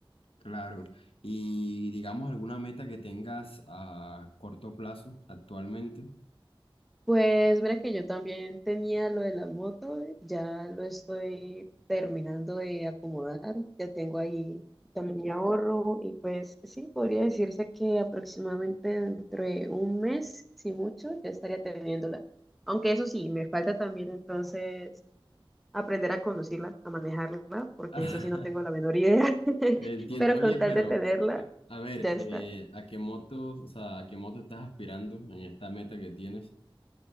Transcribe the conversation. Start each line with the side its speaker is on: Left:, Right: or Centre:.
Left: Claro. Y digamos alguna meta que tengas a corto plazo actualmente.
Centre: Pues mira que yo también tenía lo de las motos, eh, ya lo estoy terminando de acomodar, ya tengo ahí también mi ahorro y pues sí, podría decirse que aproximadamente dentro de un mes, si mucho, ya estaría teniéndola. Aunque eso sí, me falta también entonces aprender a conducirla, a manejarla, porque
Left: <laughs>
Centre: eso sí no tengo la menor idea, <laughs>
Left: Entiendo.
Centre: pero
Left: Oye,
Centre: con tal
Left: pero
Centre: de tenerla,
Left: a ver,
Centre: ya está.
Left: eh, ¿a qué motos, o sea, a qué moto estás aspirando en esta meta que tienes?